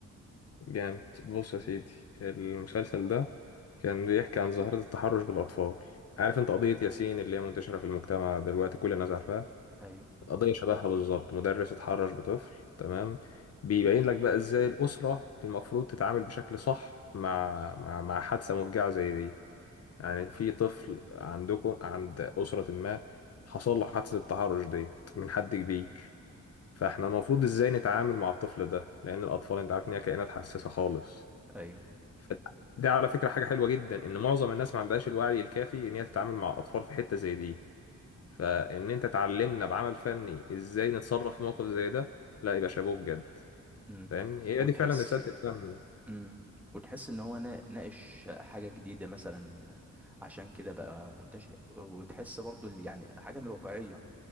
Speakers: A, on the left; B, in the centre.
A: جامد بص يا سيدي المسلسل ده كان بيحكي عن ظاهرة التحرش بالأطفال عارف أنت قضية ياسين اللي هي منتشرة في المجتمع دلوقتي كل الناس عارفاها
B: ايوه
A: قضية شبهها بالظبط مدرس اتحرش بطفل تمام بيبين لك بقى إزاي الأسرة المفروض تتعامل بشكل صح مع مع مع حادثة مفجعة زي دي يعني في طفل عندكم عند أسرة ما حصل له حادثة التحرش ديت من حد كبير فاحنا المفروض ازاي نتعامل مع الطفل ده لأن الأطفال انت عارف ان هي كائنات حساسة خالص
B: ايوه
A: ف- دي على فكرة حاجة حلوة جدا ان معظم الناس ما عندهاش الوعي الكافي ان هي تتعامل مع الأطفال في حتة زي دي فان انت تعلمنا بعمل فني ازاي نتصرف في موقف زي ده لا يبقى شابوه بجد
B: امم
A: فاهمني هي
B: وتحس
A: دي فعلا رسالة الفن
B: امم وتحس ان هو نا- ناقش حاجة جديدة مثلا عشان كده بقى منتشر وتحس برضو اللي يعني حاجة من الواقعية